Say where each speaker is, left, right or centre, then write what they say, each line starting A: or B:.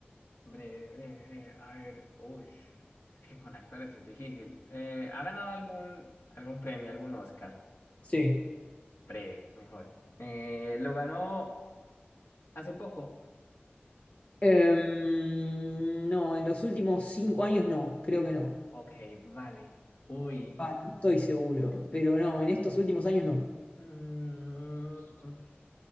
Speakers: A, on the left (about 75°); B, on the left (about 35°).
A: Breve, breve, breve. A ver, uy, es que con actores es difícil. Eh, ¿ha ganado algún, algún premio, algún Oscar?
B: Sí.
A: Breve, mejor. Eh, ¿lo ganó hace poco?
B: Em, no, en los últimos cinco años no, creo que no.
A: Ok, vale. Uy.
B: Va, no estoy seguro, pero no, en estos últimos años no.
A: Mm,